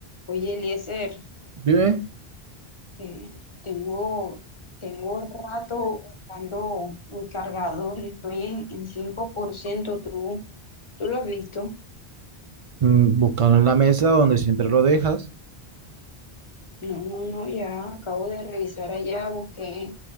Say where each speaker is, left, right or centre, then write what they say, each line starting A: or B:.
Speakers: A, on the left; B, on the right.
A: Oye, Eliezer,
B: Vive,
A: eh, tengo, tengo rato buscando un cargador y estoy en, en 5%. ¿Tú, tú lo has visto?
B: mm, buscando en la mesa donde siempre lo dejas.
A: No, no, no, ya acabo de revisar allá, busqué